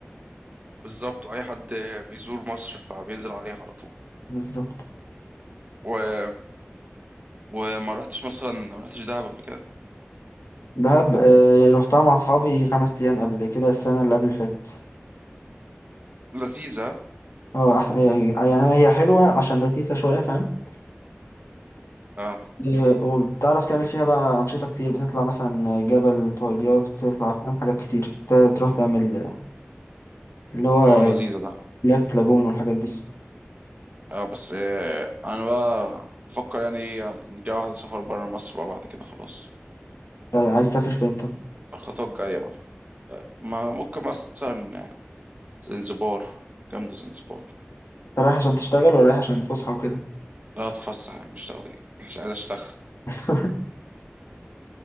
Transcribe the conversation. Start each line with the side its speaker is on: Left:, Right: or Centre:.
Right: بالظبط واي حد بيزور مصر فبينزل عليها على طول
Left: بالظبط
Right: و... وما رحتش مثلا ما رحتش دهب قبل كده
Left: دهب آه، رحتها مع اصحابي خمس ايام قبل كده السنه اللي قبل اللي فاتت
Right: لذيذه
Left: اه أح- يعني أنا هي حلوة عشان رخيصة شوية فاهم
Right: اه
Left: إيه، وبتعرف تعمل فيها بقى أنشطة كتير بتطلع مثلا جبل طويليات بتطلع فاهم حاجات كتير ت- تروح تعمل اللي هو
Right: اه لذيذه ده
Left: بلاك لاجون والحاجات دي
Right: اه بس آه انا بقى بفكر يعني إيه، نجي واحده سفر بره مصر بقى بعد كده خلاص
Left: آه، عايز تسافر فين انت؟ انت
Right: الخطوه الجايه بقى ما ممكن مثلا زنزبار جامدة زنزبار
Left: رايح عشان تشتغل ولا رايح عشان فسحة وكده؟
Right: لا هتفسح مش تغريب مش عايز اشتغل
Left: <laughs>